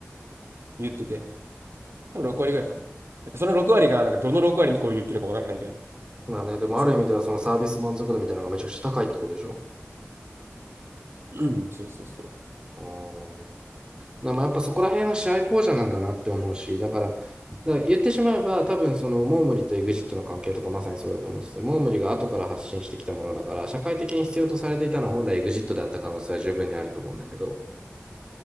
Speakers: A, on the right (about 60°); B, on the right (about 20°).
A: 言ってて、多分6割ぐらいかな。その6割が、なんかどの6割にこう言ってるかわかんないけどね。
B: まあね、でもある意味ではそのサービス満足度みたいなのがめちゃくちゃ高いってことでしょ
A: そうん、そうそうそう。
B: うーん。なまあやっぱそこら辺は試合巧者なんだなって思うし、だから、だから言ってしまえば、多分そのモームリとエグジットの関係とかまさにそうだと思うんですよ。モームリが後から発信してきたものだから、社会的に必要とされていたのは本来エグジットであった可能性は十分にあると思うんだけど、